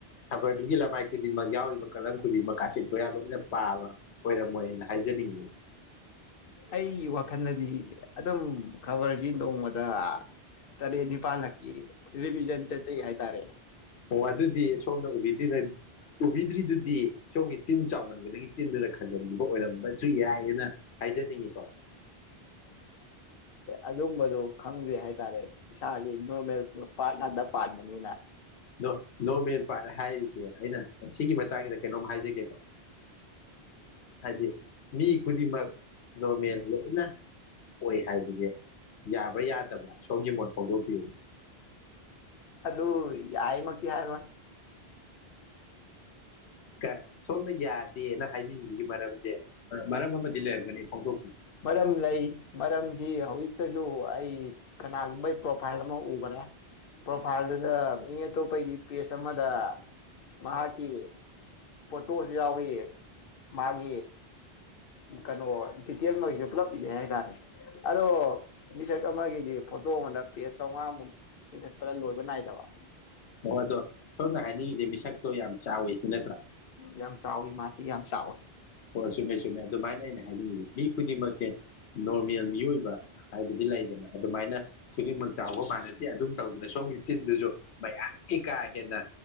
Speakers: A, on the left (about 80°); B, on the left (about 65°).
A: ꯈꯕꯔꯗꯨꯒꯤ ꯂꯃꯥꯏ ꯈꯨꯗꯤꯡꯃꯛ ꯌꯥꯎꯔꯤꯕ ꯀꯂꯝ ꯈꯨꯗꯤꯡꯃꯛ ꯀꯥꯆꯤꯟ ꯀꯣꯏꯌꯥ ꯂꯣꯏꯅ ꯄꯥꯕ ꯑꯣꯏꯔꯝꯃꯣꯏꯅ ꯍꯥꯏꯖꯅꯤꯡ
B: ꯑꯩꯒꯤ ꯋꯥꯈꯜꯗꯗꯤ ꯑꯗꯨꯝ ꯈꯕꯔꯁꯤ ꯅꯣꯡꯃꯗ ꯇꯔꯦꯠ ꯅꯤꯄꯥꯜꯂꯀꯤ ꯔꯤꯂꯤꯖꯟ ꯆꯠꯆꯩ ꯍꯥꯏꯇꯔꯦ
A: ꯑꯣ ꯑꯗꯨꯗꯤ ꯁꯣꯝꯅ ꯎꯕꯤꯗꯤ ꯎꯕꯤꯗ꯭ꯔꯤꯗꯨꯗꯤ ꯁꯣꯝꯒꯤ ꯆꯤꯟ ꯆꯥꯎꯃꯟꯕꯗꯒꯤ ꯆꯤꯟꯗꯨ ꯂꯩ ꯍꯟꯖꯟꯈꯤꯕ ꯑꯣꯏꯔꯝꯕꯁꯨ ꯌꯥꯏꯌꯦꯅ ꯍꯥꯏꯖꯅꯤꯡꯉꯤꯀꯣ
B: ꯑꯗꯨꯒꯝꯕꯗꯣ ꯈꯪꯗ꯭ꯔꯦ ꯍꯥꯏꯇꯔꯦ ꯏꯁꯥꯥꯒꯤ ꯅꯣꯔꯃꯦꯜ ꯄꯥꯔꯠ ꯉꯥꯛꯇ ꯄꯥꯟꯕꯅꯤꯅ
A: ꯗꯣ ꯗꯣꯔꯃꯦꯟ ꯄꯥꯂꯦ ꯍꯥꯏꯔꯁꯤꯗꯤ ꯑꯩꯅ ꯁꯤꯒꯤ ꯃꯇꯥꯡ ꯀꯩꯅꯣꯝ ꯍꯥꯏꯖꯒꯦꯀꯣ ꯍꯥꯏꯗꯤ ꯃꯤ ꯈꯨꯗꯤꯡꯃꯛ ꯅꯣꯔꯃꯦꯜ ꯂꯣꯏꯅ ꯑꯣꯏ ꯍꯥꯏꯕꯁꯦ ꯌꯥꯕ꯭ꯔ ꯌꯥꯗꯕ꯭ꯔ ꯁꯣꯝꯒꯤ ꯃꯣꯠ ꯐꯣꯡꯗꯣꯛꯄꯤꯌꯨꯅꯦ
B: ꯑꯗꯨ ꯌꯥꯏꯃꯛꯇꯤ ꯍꯥꯏꯔꯣꯢ
A: ꯀ ꯁꯣꯝꯅ ꯌꯥꯗꯦꯅ ꯍꯥꯏꯕꯤꯔꯤꯁꯤꯒꯤ ꯃꯔꯝꯁꯦ ꯃꯔꯝ ꯑꯃꯗꯤ ꯂꯩꯔꯝꯒꯅꯤ ꯐꯣꯡꯗꯣꯛ
B: ꯃꯔꯝ ꯂꯩ ꯃꯔꯝꯁꯤ ꯍꯧꯖꯤꯛꯇꯁꯨ ꯑꯩ ꯀꯅꯥꯒꯨꯝꯕ ꯄ꯭ꯔꯣꯐꯥꯏꯜ ꯑꯃ ꯎꯒꯔꯦ ꯄ꯭ꯔꯣꯐꯥꯏꯜꯗꯨꯗ ꯃꯤ ꯑꯇꯣꯞꯄꯩꯗꯤ ꯄꯦꯖ ꯑꯃꯗ ꯃꯍꯥꯀꯤ ꯄꯣꯁꯨ ꯌꯥꯎꯋꯦ ꯃꯥ <inaudible> ꯀꯅꯣ ꯗꯤꯇꯦꯜ ꯑꯣꯏ ꯄꯨꯜꯂꯞꯀꯤꯁꯦ ꯍꯥꯏꯇꯔꯦ ꯑꯗꯣ ꯃꯤꯁꯛ ꯑꯃꯒꯤꯗꯤ ꯐꯣꯇꯣꯒ ꯅꯞ ꯄꯦꯖ ꯆꯥꯝꯉꯥꯃꯨꯛ ꯆꯤꯡꯈꯠꯄꯗ ꯂꯣꯏꯕ ꯅꯥꯏꯗꯕ
A: ꯍꯣꯏ ꯑꯗꯣ ꯁꯣꯝꯅ ꯍꯥꯏꯅꯤꯡꯉꯤꯁꯦ ꯃꯤꯁꯛ ꯇꯣ ꯌꯥꯝ ꯆꯥꯎꯋꯤ ꯁꯤ ꯅꯠꯇ꯭ꯔ
B: ꯌꯥꯝ ꯆꯥꯎꯋꯤ ꯃꯥꯁꯦ ꯌꯥꯝ ꯆꯥꯎ
A: ꯑꯣ ꯆꯨꯝꯃꯦ ꯆꯨꯝꯃꯦ <unintelligible> ꯃꯤ ꯈꯨꯗꯤꯡꯃꯛꯁꯦ ꯅꯣꯔꯃꯦꯜ ꯃꯤꯑꯣꯏꯕ ꯍꯥꯏꯕꯗꯤ ꯂꯩꯗꯅ ꯑꯗꯨꯃꯥꯏꯅ ꯈꯨꯗꯤꯡꯃꯛ ꯆꯥꯎꯕ ꯃꯥꯟꯅꯗꯗꯦ ꯑꯗꯨꯝ ꯇꯧꯗꯅ ꯁꯣꯝꯒꯤ ꯆꯤꯟꯗꯨꯖꯨ ꯩ ꯑꯌꯥꯝꯄꯤ ꯀꯥ ꯍꯦꯟꯅ